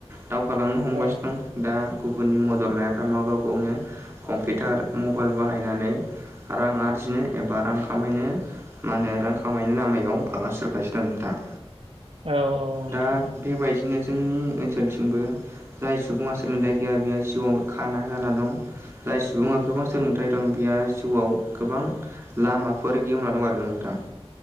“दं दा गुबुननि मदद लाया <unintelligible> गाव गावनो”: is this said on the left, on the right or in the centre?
Right